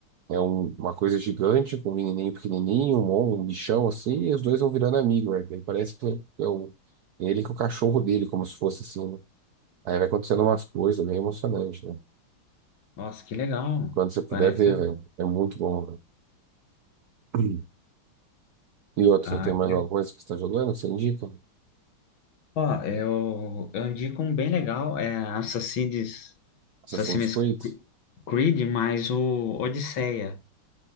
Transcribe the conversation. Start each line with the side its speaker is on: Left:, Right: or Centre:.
Right: É um- uma coisa gigante, com um menininho pequenininho, um, mon- um bichão assim, e os dois vão virando amigos, né? Daí Parece que é o. é Ele com o cachorro dele, como se fosse assim. né? Aí vai acontecendo umas coisas meio emocionantes, né?
Left: nossa, que legal.
Right: Quando você puder
Left: Parece.
Right: ver, velho. É muito bom, velho. <clears throat> E outra,
Left: Ah,
Right: tem mais
Left: que-
Right: alguma coisa que você tá jogando? Você indica?
Left: ó, eu, eu indico um bem legal, é Assassin's,
Right: Assassin's
Left: Assassin's
Right: Creed?
Left: Creed, mas o Odisseia.